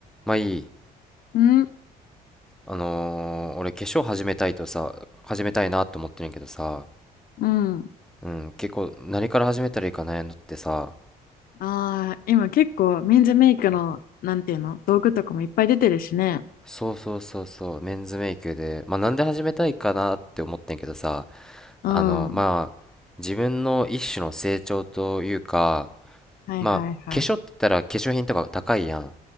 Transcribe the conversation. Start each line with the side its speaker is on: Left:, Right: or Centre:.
Centre: まあいい。
Left: うん、
Centre: あのー俺化粧始めたいとさ、始めたいなと思ってるんやけどさ、
Left: うん。
Centre: うん、結構何から始めたらいいか悩んどってさ、
Left: ああ、今結構メンズメイクの、なんていうの、道具とかもいっぱい出てるしね。
Centre: そうそうそうそう、メンズメイクで、まあなんで始めたいかなって思ってんけどさ、
Left: うん。
Centre: あの、まあ、
Left: は
Centre: 自分の一種の成長というか、
Left: いはいはい。
Centre: まあ、化粧って言ったら化粧品とか高いやん。